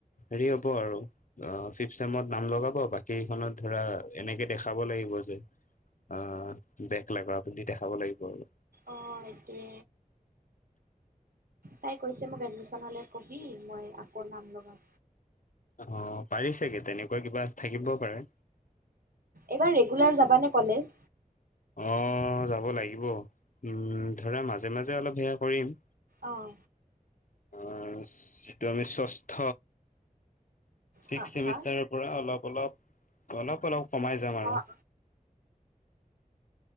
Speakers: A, on the left (about 60°); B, on the right (about 80°).
A: হেৰি হ'ব আৰু ফিফ চছেমত নাম লগাব বাক- কেইখনত ধৰা এনেকে দেখাব লাগিব, যে অ বেগ লাগা বুলি দেখাব লাগিব আৰু
B: অ সেইটোৱে তাই কৈছে মোক এডমিশ্যন হলে কবি মই আকৌ নাম লগাম।
A: অ পাৰি ছাগে তেনেকুৱা কিবা থাকিব পাৰে।
B: এইবাৰ ৰেগুলাৰ যাবা নে কলেজ
A: অ যাব লাগিব উম ধৰা মাজে মাজে অলপ সেয়া কৰিম।
B: আহ
A: অ যিটো আমি ষষ্ঠ ছিক্স
B: হা
A: চেমিষ্টাৰৰ
B: হা
A: পৰা অলপ অলপ অলপ অলপ কমাই যাম আৰু
B: অ'